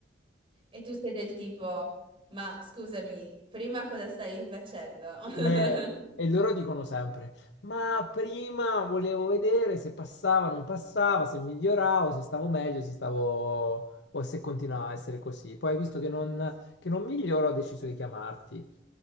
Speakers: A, on the right (about 30°); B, on the left (about 85°).
A: E tu sei del tipo, ma scusami, prima cosa stai facendo? <laughs>
B: Eh, e loro dicono sempre, ma prima volevo vedere se passava, non passava, se miglioravo, se stavo meglio, se stavo o se continuava a essere così. Poi visto che non, che non miglioro ho deciso di chiamarti.